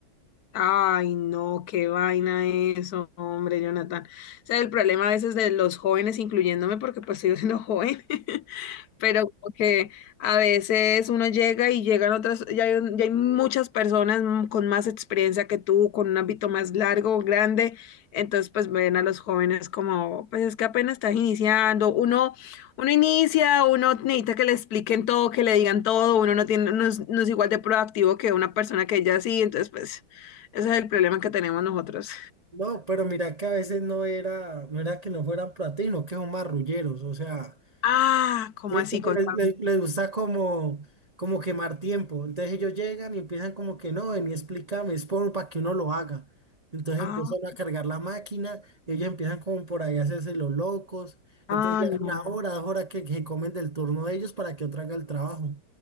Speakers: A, on the left (about 60°); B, on the right (about 40°).
A: Ay, no, qué vaina eso, hombre, Jonathan. O sea, el problema a veces de los jóvenes, incluyéndome, porque pues sigo siendo joven, <laughs> pero como que a veces uno llega y llegan otras, ya hay, ya hay muchas personas mm, con más experiencia que tú, con un ámbito más largo, grande, entonces pues ven a los jóvenes como, pues es que apenas estás iniciando, uno, uno inicia, uno necesita que le expliquen todo, que le digan todo, uno no tiene, no es, no es igual de proactivo que una persona que ya sí, entonces pues ese es el problema que tenemos nosotros.
B: No, pero mira que a veces no era, no era que no fueran platinos, que son marrulleros, o sea,
A: Ah, ¿cómo
B: ¿cierto?
A: así? Contame.
B: Le- le- les, gusta como, como quemar tiempo. Entonces ellos llegan y empiezan como que no, ven y explícame, es por para que uno lo haga. Entonces
A: Ah,
B: empiezan a cargar la máquina, y ellos empiezan como por ahí a hacerse los locos. Entonces
A: ah,
B: ya
A: no.
B: una hora, dos horas que, que comen del turno de ellos para que otro haga el trabajo.